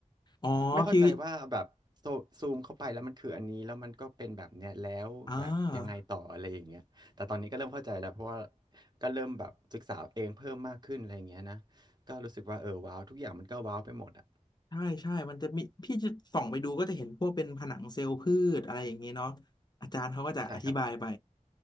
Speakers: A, on the left; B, on the right.
A: อ๋อพี่
B: ไม่เข้าใจว่าแบบโซซูมเข้าไปแล้วมันคืออันนี้แล้วมันก็เป็นแบบเนี้ยแล้วแบบยังไงต่ออะไรอย่างเงี้ยแต่ตอนนี้ก็เริ่มเข้าใจแล้วเพราะว่า
A: อ่า
B: ก็เริ่มแบบศึกษาเองเพิ่มมากขึ้นอะไรอย่างเงี้ยนะก็รู้สึกว่าเออว้าวทุกอย่างมันก็ว้าวไปหมดอ่ะ
A: ใช่ใช่มันจะมีพี่จะส่องไปดูก็จะเห็นพวกเป็นผนังเซลล์พืชอะไรอย่างเงี้ยเนาะอาจารย์เขาก็จะอธิบายไป
B: ใช่ครับ